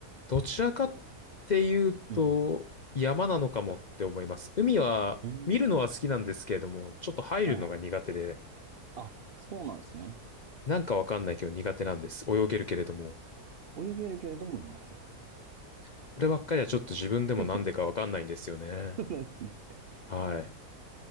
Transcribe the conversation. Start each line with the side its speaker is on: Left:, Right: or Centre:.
Left: どちらかっ
Right: く
Left: ていうと、
Right: うん
Left: 山なのかもって思います。海は、
Right: うん。うん。
Left: 見るのは好きなんですけれども、ちょっと入るのが苦手で、
Right: はいはいはい。あ、そうなんですね。
Left: なんかわかんないけど苦手なんです。泳げるけれども。
Right: 泳げるけれども苦手。
Left: こればっかりはちょっと自分でもなんでかわかんないんですよね。
Right: <laughs> そうなんですね。
Left: はい。